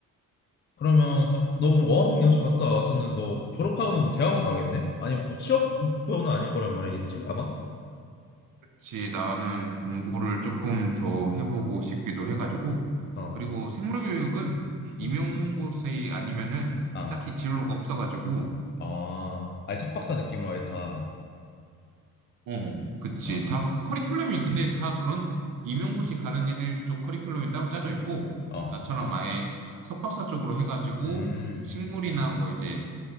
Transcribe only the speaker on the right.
그렇지. 나는 공부를 조금 더 해보고 싶기도 해가지고.
그리고 생물교육은 임용고사
아니면은
딱히 진로가 없어가지고
어, 그치.
다 커리큘럼이 근데 다 그런 임용고시 가는 애들 쪽 커리큘럼이 따로 짜져 있고
나처럼 아예 석박사 쪽으로 해가지고
식물이나 뭐 이제